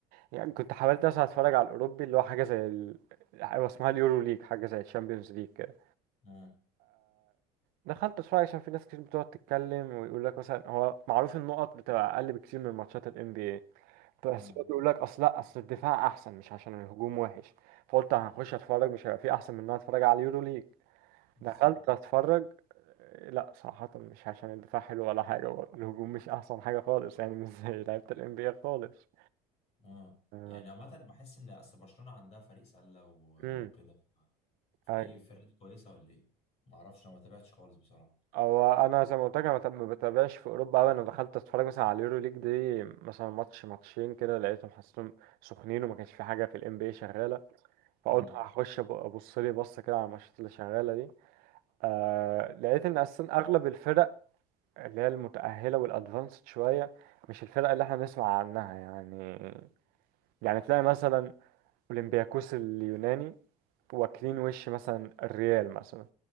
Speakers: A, on the right; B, on the left.
A: يعني كنت حاولت اصلا اتفرج على الاوروبي اللي هو حاجه زي ال... هو اسمها اليورو ليج حاجه زي الشامبيونز ليج كده
B: اه
A: دخلت اتفرج عشان في ناس كتير بتقعد تتكلم ويقول لك مثلا هو معروف النقط بتبقى اقل بكتير من ماتشات الام بي اي بس
B: اه
A: هو بيقول لك اصل لا اصل الدفاع احسن مش عشان الهجوم وحش فقلت هخش اتفرج مش هيبقى في احسن من ان انا اتفرج على اليورو ليج
B: بالظبط
A: دخلت اتفرج لا صراحة مش عشان الدفاع حلو ولا حاجة برضه. الهجوم مش أحسن حاجة خالص يعني مش زي لعيبة ال NBA خالص
B: اه
A: آه،
B: يعني عامة بحس ان اصل برشلونة عندها فريق سلة و-
A: مم.
B: وكده ف- فايه
A: أيوة.
B: الفرقة دي كويسة ولا ايه؟ ما اعرفش انا ما تابعتش خالص بصراحة
A: هو انا زي ما قلت لك انا ما بتابعش في اوروبا قوي انا دخلت اتفرج مثلا على اليورو ليج دي مثلا ماتش ماتشين كده لقيتهم حسيتهم سخنين وما كانش في حاجه في الام بي اي شغاله فقلت
B: امم
A: هخش أب- ابص لي بصه كده على الماتشات اللي شغاله دي آه لقيت ان اصلا اغلب الفرق اللي هي المتاهله والادفانسد شويه مش الفرق اللي احنا نسمع عنها يعني يعني تلاقي مثلا اولمبياكوس اليوناني واكلين وش مثلا الريال مثلا